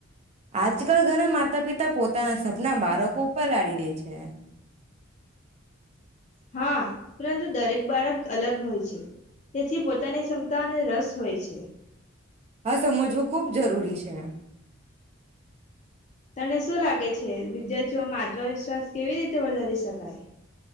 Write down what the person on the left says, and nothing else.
હા પરંતુ દરેક બાળક અલગ હોય છે, તેથી પોતાની ક્ષમતા અને રસ હોય છે.
તને શું લાગે છે વિદ્યાર્થીઓમાં આત્મવિશ્વાસ કેવી રીતે વધારી શકાય?